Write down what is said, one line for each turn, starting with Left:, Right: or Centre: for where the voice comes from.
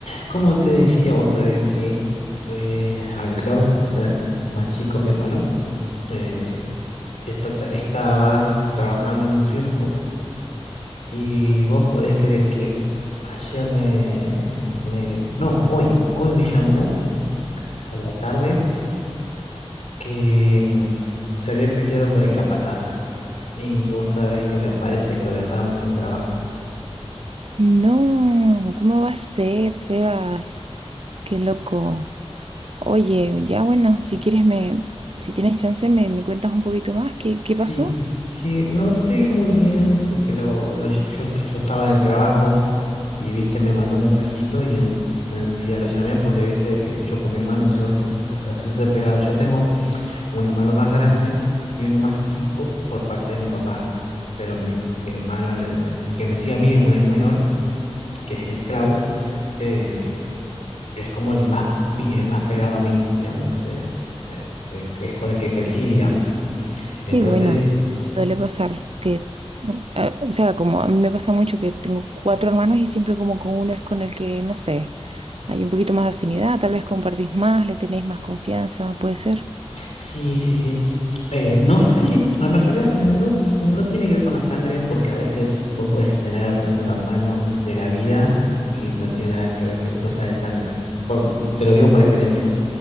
Left: como te decía, vos sabés que eh, al Clau, o sea, el más chico, mi hermano, eh, está tra- estaba trabajando en un circo. Y vos podés creer que ayer me, me- no, hoy, hoy me llamó a la tarde que mm, se había peleado con el capataz. Y vos sabés que me parece que lo dejaron sin trabajo.
Right: No, ¿cómo va a ser, Sebas? Qué loco. Oye, ya bueno, si quieres me, si tienes chance me, me cuentas un poquito más, ¿qué, qué pasó?
Left: Sí, sí, no sé muy bien porque lo, lo- yo, yo estaba en el trabajo Y viste, me mandó un mensajito y en- enseguida lo llamé porque viste que yo con mi hermano soy, re- o sea, soy re pegado. Yo tengo un hermano más grande y uno más chico por parte de mi papá. Pero mi, mi hermano, el, el que me sigue a mí, un año menor, que es el Clau, eh, es como el más, pi- el más pegado a mí, digamos. Es, eh, el que- es con el que crecí, digamos. Entonces,
Right: Sí, bueno, suele pasar que, mm, ah, o sea, como a mí me pasa mucho que tengo cuatro hermanos y siempre como con uno es con el que, no sé, hay un poquito más de afinidad, tal vez compartís más, le tenéis más confianza, puede ser.
Left: Sí, sí, sí. Eh, no sé si, a ver, en realidad no, no tiene que ver con la sangre porque a veces vos podés tener un hermano de la vida y no tiene nada que ver que no sea de sangre. Porque, te lo digo por experiencia.